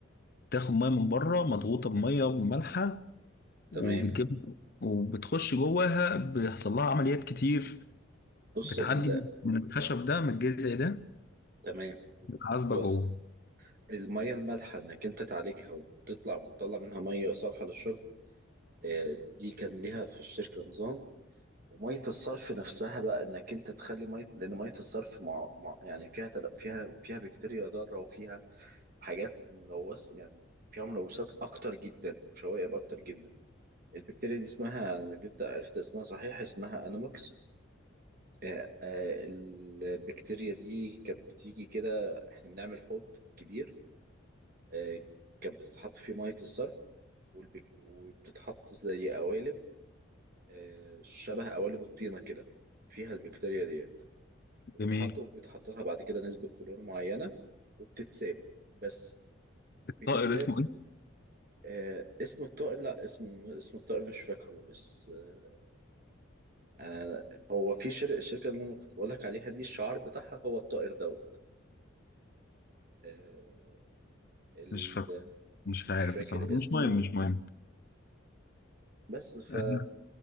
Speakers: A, on the left; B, on the right.
A: بتاخد مية من بره مضغوطة بمية مالحة
B: تمام
A: وبتجيب وبتخش جواها بيحصل لها عمليات كتير
B: بص
A: بتعدي
B: ال...
A: من الخشب ده من الجذع ده
B: تمام
A: عزبة
B: وصل
A: جوه
B: المية المالحة انك انت تعالجها وتطلع وتطلع منها مية صالحة للشرب آه، دي كان ليها في الشركة نظام ومية الصرف نفسها بقى انك انت تخلي مية لان مية الصرف مع... مع... يعني فيها تل... فيها فيها بكتيريا ضارة وفيها حاجات ملوثة يعني فيها ملوثات اكتر جدا وشوائب اكتر جدا البكتيريا دي اسمها انا جبت عرفت اسمها صحيح اسمها انوموكس آه، آه، البكتيريا دي كانت بتيجي كده احنا بنعمل حوض كبير آه، كانت بتتحط فيه مية الصرف والبك... وبتتحط زي قوالب آه، شبه قوالب الطينة كده فيها البكتيريا ديت وتتحط
A: جميل
B: وبيتحط لها بعد كده نسبة كلور معينة وبتتساب بس بتتساب
A: طائر اسمه ايه؟
B: آه، اسم الطائر لا اسم اسم الطائر مش فاكره بس آه، أنا- هو في شر... الشركة اللي انا كنت بقولك عليها دي الشعار بتاعها هو الطائر دوت آه، ال-
A: مش فاكره مش
B: مش
A: عارف
B: فاكر
A: بصراحة
B: اسمه
A: مش مهم مش مهم
B: بس ف
A: انا